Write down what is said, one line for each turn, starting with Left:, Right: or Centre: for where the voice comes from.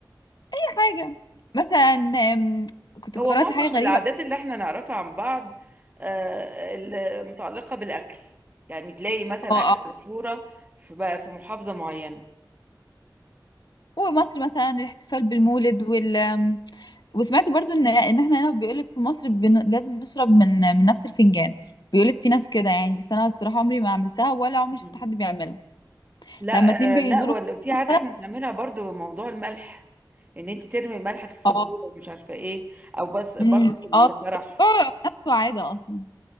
Left: اي حاجه مثلا آم، كنت
Right: هو
Left: قرأت
Right: معظم
Left: حاجه غريبه
Right: العادات اللي احنا نعرفها عن بعض آه، المتعلقة بالأكل يعني تلاقي مثلا
Left: اه
Right: أكلة
Left: اه
Right: مشهورة في بقى- في محافظة معينة
Left: ومصر مثلا الاحتفال بالمولد وال آم، وسمعت برضو ان ان احنا هنا بيقولك في مصر بن... لازم نشرب من من نفس الفنجان بيقولك في ناس كده يعني بس انا الصراحه عمري ما عملتها ولا عمري شفت
Right: مم.
Left: حد بيعملها
Right: لا
Left: لما اتنين بيزوروا
Right: آه، لا ولا- في عادة
Left: مثلا
Right: احنا بنعملها برضو موضوع الملح ان انت ترمي الملح في السبوع
Left: اه
Right: ومش عارفة ايه او بس برضو
Left: أمم،
Right: في الفرح
Left: اه بيقعوا نفس عاده اصلا